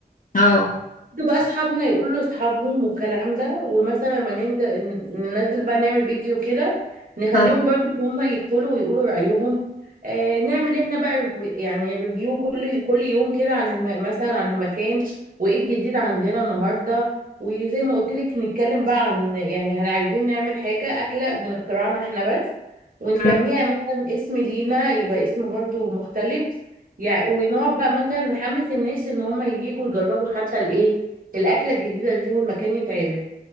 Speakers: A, on the left; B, on the right.
A: اه
B: ده بقى اصحابنا يقولوا لاصحابهم والكلام ده ومثلا لما ننزل ن- ننزل بقى نعمل فيديو كده نخليهم
A: اه
B: برضو ان هم يدخلوا ويقولوا رأيهم آه نعمل احنا بقى ريفيو- يعني ريفيو كل كل يوم كده عن الم... مثلا عن المكان وايه الجديد عندنا النهارده وزي ما قلت لك نتكلم بقى عن يعني هل عايزين نعمل حاجة أكلة من اختراعنا احنا بس ونسميها
A: مم.
B: مثلا اسم لينا يبقى اسم برضو مختلف يعني ونقعد بقى مثلا نحمس الناس ان هم ييجوا يجربوا حتى الايه الاكله الجديده دي والمكان يتعبك